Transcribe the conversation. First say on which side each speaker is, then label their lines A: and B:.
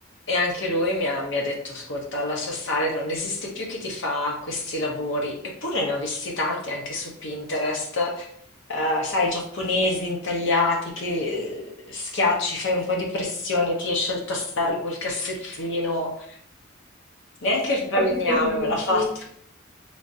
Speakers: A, on the left (about 60°); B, on the left (about 35°).
A: E anche lui mi ha, mi ha detto, ascolta, lascia stare, non esiste più chi ti fa questi lavori. Eppure ne ho visti tanti anche su Pinterest eh, sai, giapponesi intagliati che eh, schiacci, fai un po' di pressione, ti esce il tassello col cassettino. Neanche il falegname
B: Capito cosa
A: me l'ha
B: intendi?
A: fatto.